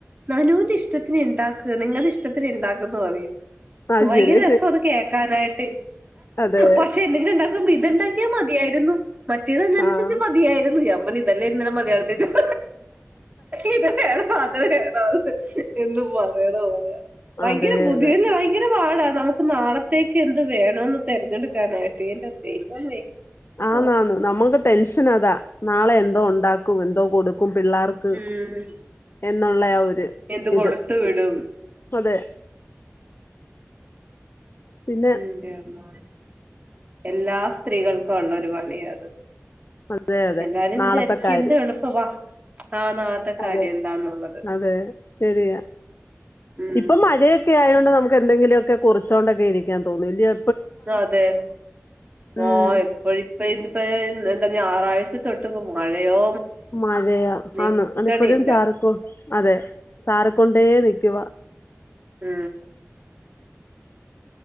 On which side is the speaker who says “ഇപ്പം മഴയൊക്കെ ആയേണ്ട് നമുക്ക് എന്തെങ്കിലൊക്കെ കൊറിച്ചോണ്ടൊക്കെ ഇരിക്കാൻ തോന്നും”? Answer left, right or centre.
Left